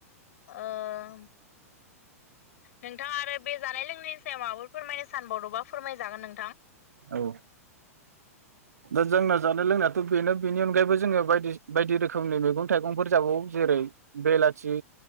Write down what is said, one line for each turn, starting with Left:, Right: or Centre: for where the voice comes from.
Left: ओम नोंथाङा आरो बे जानाय लोंनायनि सायाव माबाफोर फोरमायनो सानबावदोंबा फोरमाय जागोन नोंथां
Right: औ दा जोंना जानाय लोंनायाथ' बेनो बेनि अनगायैबो जोङो बायदि सि बायदि रोखोमनि मैगं थाइगंफोर जाबावो जेरै बेलाथि,